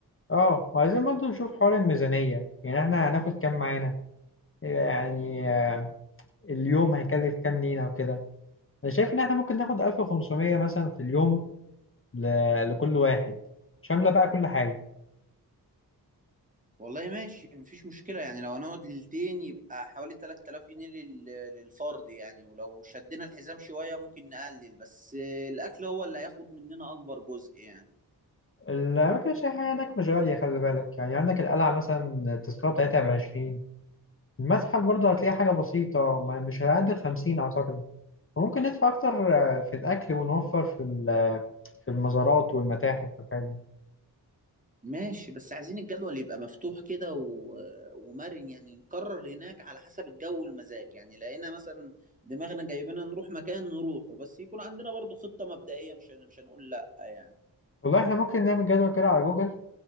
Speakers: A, on the left; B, on the right.
A: اه وعايزين برضه نشوف حوار الميزانية يعني احنا هناخد كام معانا يعني اليوم هيكلف كام لينا وكده انا شايف ان احنا ممكن ناخد 1500 مثلا في اليوم ل... لكل واحد شاملة بقى كل حاجة
B: والله ماشي مفيش مشكلة يعني لو هنقعد ليلتين يبقى حوالي 3000 جنيه لل- للفرد يعني ولو شدينا الحزام شوية ممكن نقلل بس الأكل هو اللي هياخد مننا أكبر جزء يعني
A: الأماكن السياحية هناك مش غالية خلي بالك يعني عندك القلعة مثلا التذكرة بتاعتها بعشرين المتحف برضه هتلاقي حاجة بسيطة ما- مش هيعدي الخمسين أعتقد ممكن ندفع أكتر آه، في الأكل ونوفر في ال- في المزارات والمتاحف والحاجات دي
B: ماشي بس عايزين الجدول يبقى مفتوح كده و... ومرن يعني نقرر هناك على حسب الجو والمزاج يعني لقينا مثلا دماغنا جايبنا نروح مكان نروحه بس يكون عندنا برضو خطة مبدئية مش مش هنقول لأ يعني
A: والله إحنا ممكن نعمل جدول كده على جوجل